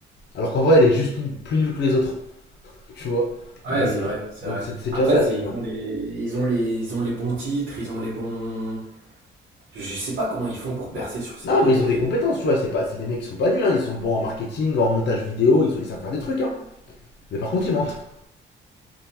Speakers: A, on the left; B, on the right.
A: Alors qu'en vrai, elle est juste plus nulle que les autres, tu vois.
B: Ouais,
A: Mais.
B: c'est vrai, c'est
A: Donc,
B: vrai.
A: c'est déjà
B: Après,
A: ça,
B: c'est,
A: tu
B: ils
A: vois.
B: font des, ils ont les, ils ont les bons titres, ils ont les bons. Je sais pas comment ils font pour percer
A: Bah,
B: sur ces.
A: non, mais ils ont des compétences, tu vois. C'est pas, c'est des mecs qui sont pas nuls, hein. Ils sont bons en marketing, en montage vidéo, ils, ont- ils savent faire des trucs, hein. Mais par contre, ils mentent. <laughs>